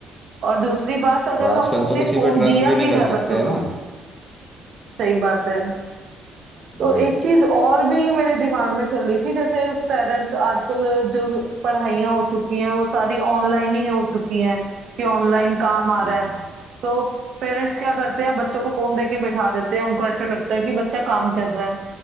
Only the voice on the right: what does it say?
और दूसरी बात अगर
हमने
फोन
दिया
भी
है बच्चों
को
सही बात है
तो एक चीज और भी मेरे दिमाग में चल रही थी जैसे पेरेंट्स आजकल जो पढ़ाइयाँ हो चुकी हैं वो सारी ऑनलाइन ही हो चुकी हैं कि ऑनलाइन काम आ
रहा
है तो पेरेंट्स क्या करते हैं बच्चों को फोन देके बिठा देते हैं उनको ऐसे लगता है कि बच्चा काम कर रहा है